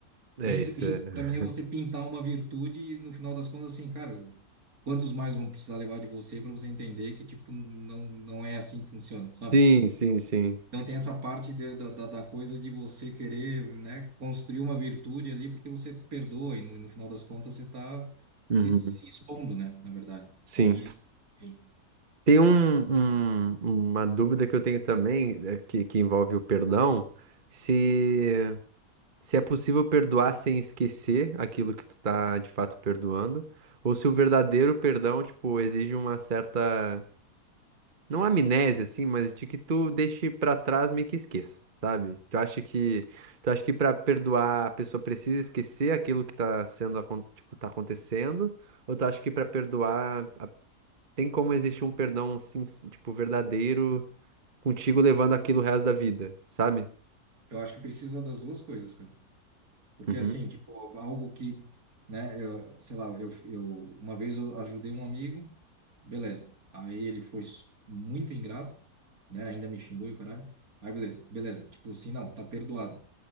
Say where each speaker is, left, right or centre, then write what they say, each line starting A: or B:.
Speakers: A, on the right; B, on the right.
A: É
B: Isso,
A: isso.
B: <laughs> isso
A: é. <laughs>
B: para mim é você pintar uma virtude e no final das contas assim, cara, quantos mais vão precisar levar de você para você entender que tipo não não é assim que funciona, sabe?
A: Sim, sim, sim.
B: Então tem essa parte de- da, da, da coisa de você querer, né, construir uma virtude ali porque você perdoa e no, no final das contas você está
A: Uhum.
B: se, se expondo, né, na verdade,
A: Sim.
B: a um risco. Enfim,
A: Tem um, um- uma dúvida que eu tenho também, eh, que, que envolve o perdão, se, se é possível perdoar sem esquecer aquilo que tu tá de fato perdoando, ou se o verdadeiro perdão, tipo, exige uma certa, não amnésia, assim, mas de que tu deixe pra trás meio que esqueça, sabe? Tu acha que, tu acha que pra perdoar a pessoa precisa esquecer aquilo que tá sendo, acon- tipo, tá acontecendo, ou tu acha que pra perdoar tem como existir um perdão, sin- tipo, verdadeiro contigo levando aquilo o resto da vida, sabe?
B: eu acho que precisa das duas coisas, cara. Porque
A: Uhum,
B: assim, tipo, algo que, né, eu, sei lá, eu, eu uma vez eu ajudei um amigo, beleza. Aí ele foi s- muito ingrato, né, ainda me xingou e o caralho. Aí beleza, beleza, tipo assim, não, tá perdoado.